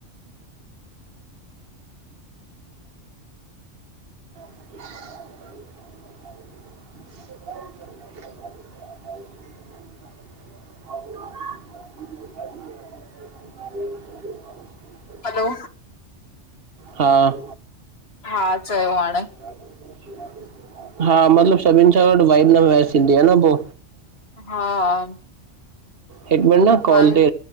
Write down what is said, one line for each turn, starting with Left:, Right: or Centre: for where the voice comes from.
Right: गरररररर <inaudible> <inaudible>
Left: हलो!
Right: हा!
Left: हा! चयो हाणे।
Right: <inaudible> हा! मतलब सभिन सां गॾु वाइब न वेस थिंधी आ न पो
Left: हा!
Right: हिक मिंट न कॉल
Left: बाए
Right: ते